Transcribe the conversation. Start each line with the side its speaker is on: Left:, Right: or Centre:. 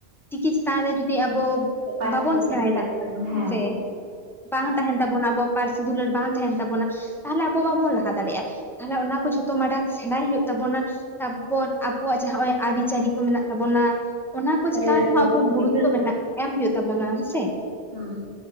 Centre: ᱪᱤᱠᱤ ᱪᱮᱛᱟᱱ ᱨᱮ ᱡᱩᱫᱤ ᱟᱵᱚ
Right: ᱯᱟᱹᱨᱥᱤ
Centre: ᱵᱟᱵᱚᱱ
Right: ᱪᱮᱛᱟᱱ
Centre: ᱥᱮᱬᱟᱭᱮᱫᱟ
Right: ᱨᱮ ᱦᱮᱸ ᱦᱮᱸ
Centre: ᱦᱮᱥᱮ ᱵᱟᱝ ᱛᱟᱦᱮᱱ ᱛᱟᱵᱚᱱᱟ ᱟᱵᱚᱣᱟᱜ ᱯᱟᱹᱨᱥᱤ ᱫᱩᱞᱟᱹᱲ ᱵᱟᱝ ᱛᱟᱦᱮᱱ ᱛᱟᱵᱚᱱᱟ ᱛᱟᱦᱚᱞᱮ ᱟᱵᱚ ᱵᱟᱵᱚᱱ ᱞᱟᱦᱟ ᱫᱟᱲᱮᱭᱟᱜᱼᱟ᱾ ᱛᱟᱦᱚᱞᱮ ᱚᱱᱟ ᱠᱚ ᱡᱷᱚᱛᱚ ᱢᱟᱲᱟᱝ ᱥᱮᱬᱟᱭ ᱦᱩᱭᱩᱜ ᱛᱟᱵᱚᱱᱟ, ᱛᱟᱯᱚᱨ ᱟᱵᱚᱣᱟᱜ ᱡᱟᱸᱦᱟᱸ ᱱᱚᱸᱜ ᱚᱭ ᱟᱹᱨᱤᱪᱟᱞᱤ ᱾ ᱢᱮᱱᱟᱜ ᱛᱟᱵᱚᱱᱟ, ᱚᱱᱟ ᱠᱚ ᱪᱮᱛᱟᱱ
Right: ᱞᱟᱠᱪᱟᱨ
Centre: ᱨᱮᱦᱚᱸ ᱟᱵᱚ
Right: ᱛᱷᱮᱠᱮ
Centre: ᱜᱩᱨᱩᱛᱛᱚ
Right: ᱵᱟᱝ
Centre: ᱢᱮᱱᱟᱜ ᱮᱢ ᱦᱩᱭᱩᱜ ᱛᱟᱵᱚᱱᱟ ᱦᱮᱸ ᱥᱮ ᱾
Right: ᱦᱮᱸ